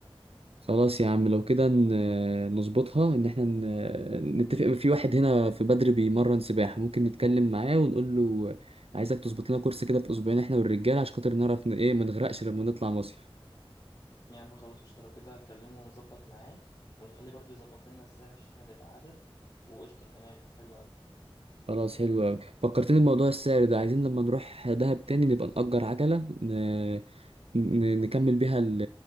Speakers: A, on the right; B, on the left.
A: خلاص يا عم لو كده ن- نظبطها ان احنا ن- نتفق في واحد هنا في بدر بيمرن سباحة ممكن نتكلم معاه ونقول له عايزك تظبط لنا كورس كده في اسبوعين احنا والرجالة عشان خاطر نعرف ن- ايه ما نغرقش لما نطلع مصيف
B: يا عم خلاص قشطة لو كده أكلمه ونظبط معاه ونخليه برضه يظبط لنا السعر عشان احنا نبقى عدد وقشطة تمام حلو أوي
A: خلاص حلو قوي فكرتني بموضوع السعر ده عايزين لما نروح دهب تاني نبقى نأجر عجلة ن... ن... نكمل بيها ال...